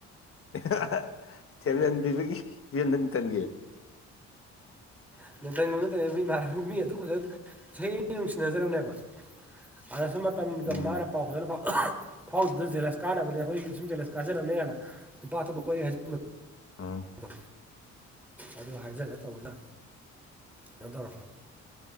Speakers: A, on the left; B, in the centre.
A: <unintelligible> ꯊꯦꯝꯖꯟ ꯄꯤꯕꯒꯤ ꯊꯦꯝꯗꯟ ꯀꯟꯒꯦ
B: <unintelligible> ꯃꯤ ꯑꯗꯨꯛ ꯐꯖꯅ ꯆꯍꯤ ꯑꯅꯤ ꯅꯨꯡꯁꯤꯅꯖꯔꯕꯅꯦꯕ ꯑꯗ ꯁꯨꯝ ꯃꯇꯝꯒ
A: ꯎꯝ
B: ꯃꯥꯅ ꯄꯥꯎ ꯐꯖꯥꯅ ꯐꯥꯎ <unintelligible> ꯐꯥꯎꯗ꯭ꯔꯤꯗꯣ ꯖꯦꯂꯁ ꯀꯥꯟꯅꯕꯅꯦ ꯑꯩꯈꯣꯏꯒꯤ ꯁꯨꯝ ꯖꯦꯂꯁ ꯀꯥꯖꯅꯕꯅꯦ ꯀꯥꯏꯅ ꯅꯨꯨꯄꯥ ꯑꯇꯣꯞꯄ ꯀꯣꯏꯔꯦꯒ ꯍꯥꯏꯖꯤꯟꯕꯗꯣ
A: ꯑꯣ
B: ꯑꯗꯣ ꯑꯗꯨ ꯍꯥꯏꯖꯂ ꯇꯧꯕꯅ ꯀꯩꯅꯣ ꯇꯧꯔꯕ